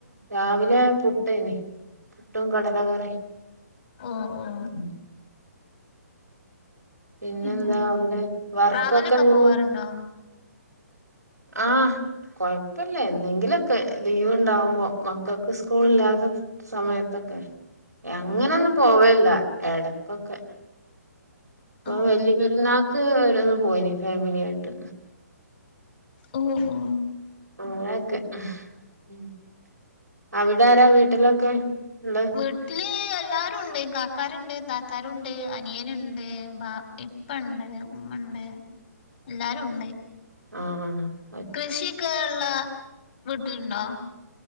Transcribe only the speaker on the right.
രാവിലെ പുട്ട്യ്നി പുട്ടും കടല കറിയും.
ഉം. പിന്നെന്താ
അവിടെ വർക്കൊക്കെ
എങ്ങിനെ
ആ കൊഴപ്പില്ല എന്തെങ്കിലൊക്കെ ലീവ് ഇണ്ടാവുമ്പോ മക്കൾക്ക് സ്കൂളില്ലാത്ത സമയത്തൊക്കെ കെ അങ്ങനെയൊന്നും
പോവലില്ല എടക്കൊക്കെ ഇപ്പൊ
വല്യ പെരുന്നാക്ക് ഒരോന്ന് പോയിനി ഫാമിലി ആയിട്ട്
<unintelligible> അവിടാരാ വീട്ടിലൊക്കെ ഉള്ളെ
ആ ആ